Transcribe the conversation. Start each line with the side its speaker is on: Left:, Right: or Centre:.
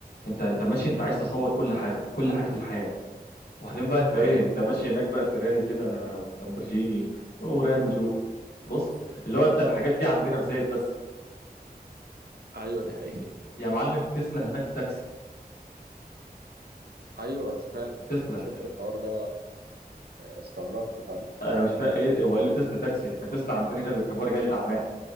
Left: انت انت ماشي انت عايز تصور كل حاجه كل حاجه في الحياه وبعدين بقى انت ايه
Right: ايوه
Left: انت
Right: فاهم
Left: ماشي هناك بقى فيراري كده ولامبرجيني ورانجو بص اللي هو انت الحاجات دي عندنا في زايد بس
Right: ايوه دي حقيقه
Left: يا معلم تسلا هناك تاكسي
Right: <laughs> ايوه فعلا
Left: تسلا
Right: انا شفت الحوار ده استغربت فاهم
Left: انا مش فاهم ايه هو ايه اللي تسلا تاكسي احنا تسلا عندنا هنا بيركبوها رجال الاعمال